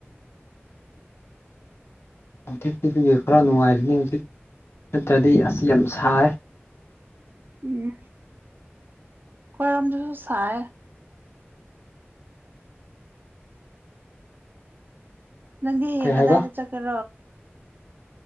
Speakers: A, on the left (about 70°); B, on the right (about 50°).
A: ꯑ <inaudible> ꯈꯔ ꯅꯨꯡꯉꯥꯏꯕꯅꯦ ꯍꯧꯖꯤꯛ ꯅꯠꯇ꯭ꯔꯗꯤ ꯑꯁ ꯌꯥꯝ ꯁꯥꯏ
B: ꯎꯝ ꯈꯣꯏꯔꯣꯝꯗꯁꯨ ꯆꯥꯏ ꯅꯪꯗꯤ ꯍꯌꯦꯡ
A: ꯀꯩ ꯍꯥꯏꯕ
B: ꯀꯗꯥꯏꯗ ꯆꯠꯀꯦꯔꯣ